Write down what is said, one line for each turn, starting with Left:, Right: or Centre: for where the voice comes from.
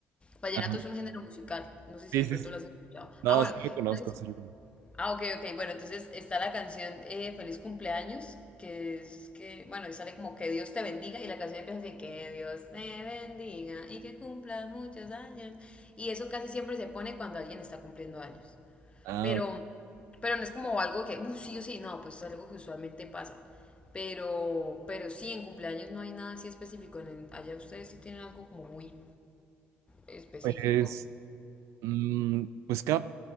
Left: Vallenato
Right: Ajá.
Left: es un género musical, no sé si
Right: Sí,
Left: de
Right: sí.
Left: pronto
Right: sí.
Left: lo has escuchado.
Right: No,
Left: Ah, bueno,
Right: sí lo conozco,
Left: entonces,
Right: sí lo conozco.
Left: ah, ok, ok, bueno, entonces está la canción eh, Feliz cumpleaños, que es que, bueno, y sale como que Dios te bendiga, y la canción empieza así, que Dios te bendiga y que cumplas muchos años. Y eso casi siempre se pone cuando alguien está cumpliendo años.
Right: Ah,
Left: Pero,
Right: ok.
Left: pero no es como algo que, uh, sí o sí, no, pues es algo que usualmente pasa. Pero, pero sí, en cumpleaños no hay nada así específico. En el- allá ustedes sí tienen algo como muy específico.
Right: Pues, mm, pues, ca-